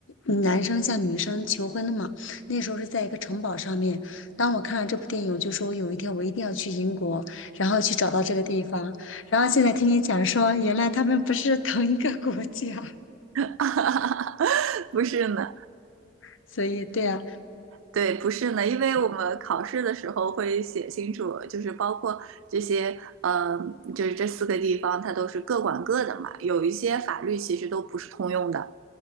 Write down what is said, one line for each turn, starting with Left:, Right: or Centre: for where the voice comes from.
Left: 嗯男生向女生求婚的嘛。那时候是在一个城堡上面。当我看了这部电影，我就说有一天我一定要去英国，然后去找到这个地方。然后现在听你讲说，原来他们不是同一个国家，
Right: <laughs> 不是呢。
Left: <laughs> 所以对啊。
Right: 对，不是呢，因为我们考试的时候会写清楚，就是包括这些，嗯，就是这四个地方，它都是各管各的嘛。有一些法律其实都不是通用的。